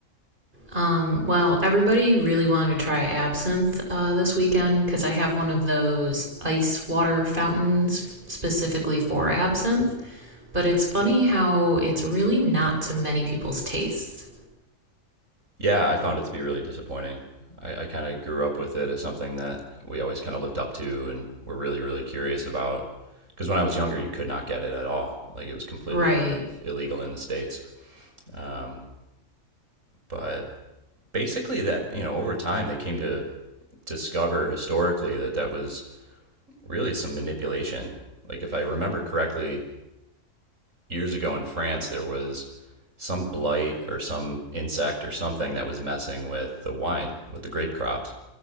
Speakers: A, on the right (about 40°); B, on the right (about 75°).
A: Um, well, everybody really wanted to try absinthe uh, this weekend because I have one of those ice water fountains specifically for absinthe. But it's funny how it's really not to many people's tastes.
B: Yeah, I found it to be really disappointing. I, I kind of grew up with it as something that we always kind of looked up to and were really, really curious about. Because when I was younger, you could not get it at all. Like it was completely
A: Right.
B: illegal in the States. Um, but basically, that, you know, over time, they came to discover historically that that was really some manipulation. Like if I remember correctly, years ago in France, there was some blight or some insect or something that was messing with the wine, with the grape crops.